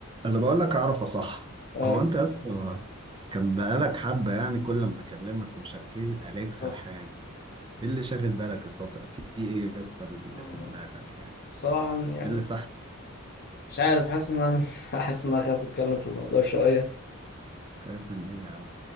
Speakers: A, on the right; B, on the left.
A: اللي بقول لك اعرفه صح
B: اه
A: هو انت يا اسطى كان بقالك حبه يعني كل ما اكلمك ومش عارف ايه عليك سرحان
B: اه
A: ايه اللي شاغل بالك الفتره في ايه يا اسطى اللي
B: آه.
A: في دماغك يعني
B: بصراحة يعني
A: ايه اللي صح
B: مش عارف حاسس ان انا <laughs> حاسس ان انا خايف اتكلم في الموضوع شوية
A: خايف من ايه يا عم